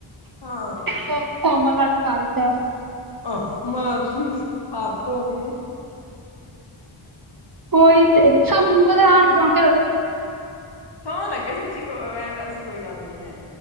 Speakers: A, on the left (about 55°); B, on the right (about 45°).
A: ਹਾਂ।
B: ਤੇ ਕੋਮਲ ਵਲ ਕਰਵਾ ਦਿੱਤਾ।
A: ਆਹ। ਮੈਂਸ ਹੱਦ ਹੋ ਗਈ।
B: ਓਈ ਤੇ <inaudible>
A: ਸੋਂਹ ਲੱਗੇ, ਸੱਚੀ ਕੋ ਵੈਸੀ ਕੋਈ ਗੱਲ ਨਹੀਂ ਐ।